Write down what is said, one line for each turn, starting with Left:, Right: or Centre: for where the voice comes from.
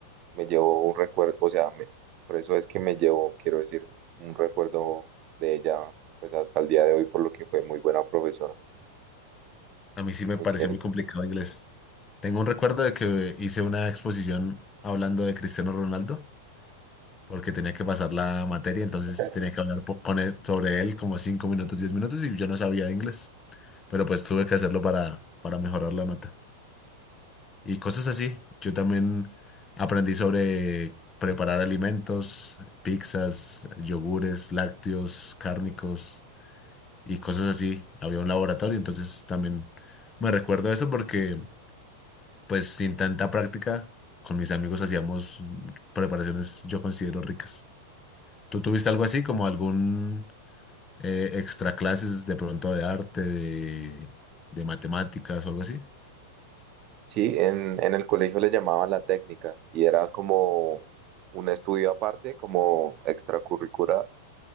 Right: me llevó un recuerdo, o sea, me- por eso es que me llevó, quiero decir, un recuerdo de ella, pues hasta el día de hoy, por lo que fue muy buena profesora,
Left: A mí sí me
Right: muy
Left: pareció
Right: querida.
Left: muy complicado inglés. Tengo un recuerdo de que hice una exposición hablando de Cristiano Ronaldo porque tenía que pasar la materia, entonces
Right: Ok.
Left: tenía que hablar po- con él, sobre él como cinco minutos, diez minutos y yo no sabía de inglés, pero pues tuve que hacerlo para, para mejorar la nota. Y cosas así. Yo también aprendí sobre preparar alimentos, pizzas, yogures, lácteos, cárnicos y cosas así. Había un laboratorio, entonces también me recuerdo eso porque pues sin tanta práctica, con mis amigos hacíamos preparaciones yo considero ricas. ¿Tú tuviste algo así como algún eh, extra clases de pronto de arte, de, de matemáticas o algo así?
Right: Sí, en, en el colegio le llamaban la técnica y era como un estudio aparte, como extracurricular,